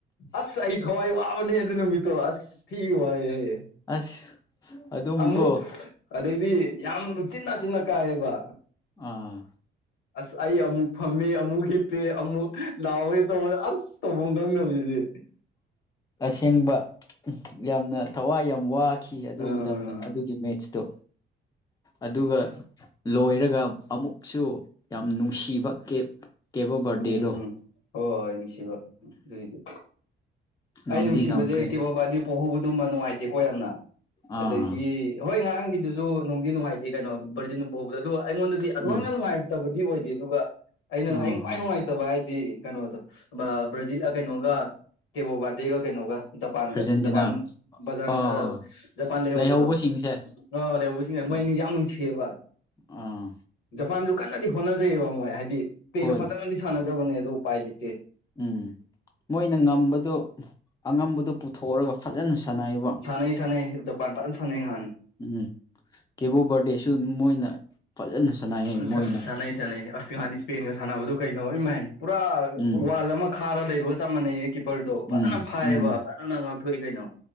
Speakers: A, on the left; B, on the left.
A: ꯑꯁ ꯑꯩ ꯊꯋꯥꯏ ꯋꯥꯕꯅꯦ ꯑꯗꯨ ꯅꯨꯃꯤꯠꯇꯣ ꯑꯁ ꯊꯤ ꯋꯥꯏꯑꯦ ꯍꯥꯏꯌꯦꯦ
B: ꯑꯁ ꯑꯗꯨꯝ
A: ꯑꯃꯨꯛ
B: ꯀꯣ
A: ꯑꯗꯩꯗꯤ ꯌꯥꯝ ꯆꯤ ꯆꯤꯟꯅ ꯀꯥꯏꯌꯦꯕ
B: ꯑꯥ
A: ꯑꯁ ꯑꯩ ꯑꯃꯨꯛ ꯐꯝꯃꯦ ꯑꯃꯨꯛ ꯍꯤꯞꯄꯦ ꯑꯃꯨꯛ ꯂꯥꯎꯋꯦ ꯇꯧꯋ ꯑꯁ ꯇꯧꯐꯝ ꯈꯪꯗ ꯍꯧꯖꯤꯗꯤ
B: ꯑꯁꯦꯡꯕ ꯌꯥꯝꯅ ꯊꯋꯥꯏ ꯌꯥꯝ ꯋꯥꯈꯤ ꯑꯗꯨ
A: ꯑꯥ
B: ꯃꯇꯝꯗ ꯑꯗꯨꯒꯤ ꯃꯦꯠꯁꯇꯣ ꯑꯗꯨꯒ ꯂꯣꯏꯔꯒ ꯑꯃꯨꯛꯁꯨ ꯌꯥꯝ ꯅꯨꯡꯁꯤꯕ ꯀꯦꯞ ꯀꯦꯕꯣ ꯕꯔꯗꯦꯗꯣ
A: ꯎꯝꯝ ꯍ ꯍꯣꯏ ꯅꯤꯡꯅꯨꯡꯁꯤꯕ ꯑꯗꯨꯗꯨ
B: ꯉꯝꯗꯤ
A: ꯑꯩ ꯅꯨꯡꯁꯤꯕꯁꯦ
B: ꯉꯝꯈ꯭ꯔꯦ
A: ꯀꯦꯕꯕꯥꯗꯤ ꯄꯣꯛꯍꯧꯕꯗꯨꯃ ꯅꯨꯡꯉꯥꯏꯇꯦꯀꯣ ꯌꯥꯝꯅ
B: ꯑꯥ
A: ꯑꯗꯒꯤ ꯍꯣꯏ ꯉꯔꯥꯡꯒꯤꯗꯨꯁꯨ ꯅꯨꯡꯗꯤ ꯅꯨꯡꯉꯥꯏꯇꯦ ꯀꯩꯅꯣ ꯕꯔꯖꯤꯟ ꯐꯥꯎꯕꯗꯣ ꯑꯗꯨ ꯑꯩꯉꯣꯟꯗꯗꯤ ꯑꯗꯨ
B: ꯎꯝ
A: ꯌꯥꯝꯅ ꯅꯨꯡꯉꯥꯏꯕ ꯐꯠꯇꯕꯗꯤ ꯑꯣꯏꯗꯦ ꯑꯗꯨꯒ ꯑꯩꯅ
B: ꯑꯥ
A: ꯑꯩꯅ ꯈ꯭ꯋꯥꯏ
B: ꯑꯥ
A: ꯅꯨꯡꯉꯥꯏꯇꯕ ꯍꯥꯏ ꯗꯤ ꯀꯩꯅꯣꯗꯣ ꯕ꯭ꯔꯥꯖꯤꯜꯒ ꯀꯩꯅꯣꯒ ꯀꯦꯕꯣꯕꯥꯔꯗꯦꯒ ꯀꯩꯅꯣꯒ ꯖꯄꯥꯟꯒ
B: ꯑꯥꯔꯖꯦꯟꯇꯤꯅꯥ
A: ꯄꯥꯟꯖ
B: ꯑꯥ
A: ꯄꯥꯟ ꯂ ꯍꯕꯗꯣ
B: ꯂꯩꯍꯧꯕꯁꯤꯡꯁꯦ
A: ꯑꯔꯦꯕꯨꯖꯤꯅꯦ
B: ꯎꯝ
A: ꯃꯣꯏ ꯑꯅꯤ ꯌꯥꯝ ꯅꯨꯡꯁꯤꯌꯦꯕ
B: ꯑꯥ
A: ꯖꯄꯥꯟꯁꯨ ꯀꯟꯅꯗꯤ ꯍꯣꯠꯅꯖꯩꯑꯕ ꯃꯣꯏ ꯍꯥꯏꯗꯤ ꯄ꯭ꯂꯦꯗꯣ
B: ꯍꯣꯏ
A: ꯐꯖꯒꯗꯤ ꯁꯥꯟꯅꯖꯕꯅꯦ ꯑꯗꯨ ꯎꯄꯥꯏ ꯂꯩꯇꯦ
B: ꯎꯝ ꯃꯣꯏꯅ ꯉꯝꯕꯗꯣ ꯑꯉꯝꯕꯗꯣ ꯄꯨꯊꯣꯛꯑꯒ ꯐꯖꯅ ꯁꯥꯟꯅꯩꯑꯕ
A: ꯁꯅ ꯁꯅ ꯗꯄꯥꯟꯗ ꯁꯅ ꯍꯅ
B: ꯎꯝ ꯀꯦꯕꯣ ꯕꯥꯔꯗꯦꯁꯨ ꯃꯣꯏꯅ ꯐꯖꯅ ꯁꯥꯟꯅꯩꯌꯦ
A: ꯎ
B: ꯃꯣꯏꯅ
A: ꯁꯥꯟꯅꯩ ꯁꯥꯟꯅꯩ ꯑꯁ ꯍꯥꯟꯅ ꯏꯁꯄꯦꯟꯒ ꯁꯥꯟꯅꯕꯗꯣ ꯀꯩꯅꯣ ꯏꯃꯥꯏ ꯄꯨꯔꯥ
B: ꯎꯝ
A: ꯋꯥꯜ ꯑꯃ ꯈꯥꯔ ꯂꯩꯕꯒ ꯆꯞ ꯃꯥꯟꯅꯩ ꯀꯤꯞꯄꯔꯗꯣ
B: ꯎꯝ
A: ꯐꯖꯅ ꯐꯥꯏꯌꯦꯕ
B: ꯎꯝ
A: ꯐꯖꯅ ꯉꯥꯛꯊꯣꯛꯏ ꯀꯩꯅꯣ